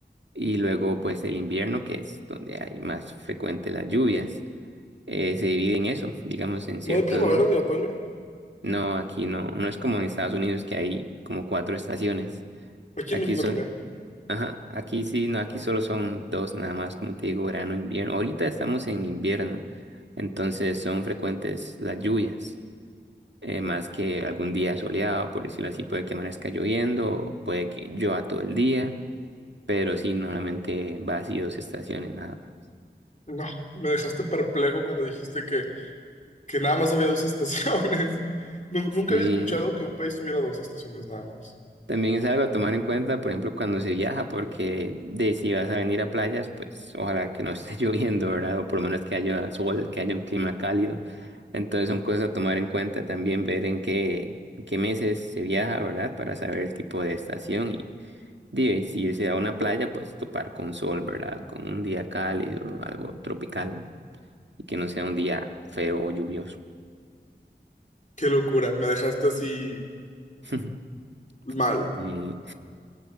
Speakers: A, on the right (about 85°); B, on the left (about 40°).
A: Y luego pues el invierno, que es donde hay más frecuente las lluvias. Eh, se divide en eso, digamos en ciertos...
B: ¿No hay primavera
A: me-
B: ni otoño?
A: No, aquí no, no es como en Estados Unidos que hay como cuatro estaciones.
B: Aquí
A: Aquí
B: en México
A: sol,
B: también.
A: ajá, aquí sí, no, aquí solo son dos nada más, como te digo, verano, invierno. Ahorita estamos en invierno, entonces son frecuentes las lluvias. eh, más que algún día soleado, por decirlo así, puede que amanezca lloviendo, o puede que llueva todo el día, pero sí, normalmente va así dos estaciones nada más.
B: No, me dejaste perplejo cuando dijiste que, que nada más había dos estaciones. <laughs> Nu- nunca
A: Sí,
B: había escuchado que un país tuviera dos estaciones nada más.
A: también es algo a tomar en cuenta, por ejemplo, cuando se viaja, porque de si vas a venir a playas, pues ojalá que no esté <laughs> lloviendo, ¿verdad? O por lo menos que haya sol, que haya un clima cálido. Entonces son cosas a tomar en cuenta también, ver en qué, en qué meses se viaja, ¿verdad? Para saber el tipo de estación Dime, si irse a una playa, pues topar con sol, ¿verdad? Con un día cálido, algo tropical, y que no sea un día feo o lluvioso.
B: Qué locura, me dejaste así
A: <laughs>
B: mal.
A: Y-